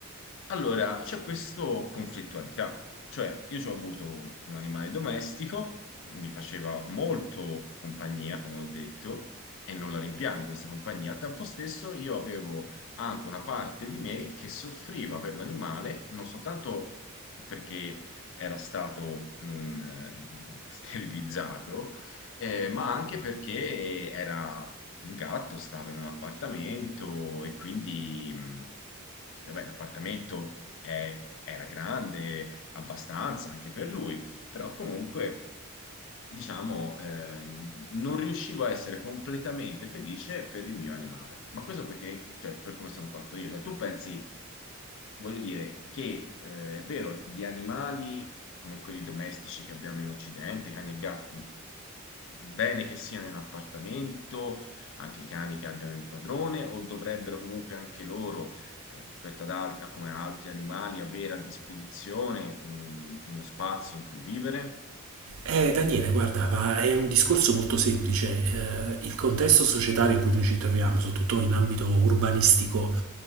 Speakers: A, on the left; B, on the right.
A: Allora, c'è questa conflittualità, cioè io ci ho avuto un animale domestico, mi faceva molto compagnia, come ho detto, e non la rimpiango questa compagnia. Al tempo stesso io avevo anche una parte di me che soffriva per l'animale, non soltanto perché era stato mh, eh, <laughs> sterilizzato, eh, ma anche perché era un gatto, stava in un appartamento e quindi... mh, eh beh, l'appartamento è- era grande abbastanza anche per lui, però comunque, diciamo, ehm, non riuscivo a essere completamente felice per il mio animale. Ma questo perché, cioè, per come sono fatto io. Cioè, tu pensi, voglio dire, che eh, è vero, gli animali come quelli domestici che abbiamo in Occidente, cani e gatti, bene che siano in appartamento, anche i cani che abbiano il padrone, o dovrebbero comunque anche loro, eh, rispetto ad altri, a come altri animali, avere a disposizione un- uno spazio in cui vivere?
B: Eh, Daniele, guarda, ma è un discorso molto semplice. Eh, il contesto societario in cui noi ci troviamo, soprattutto in ambito urbanistico,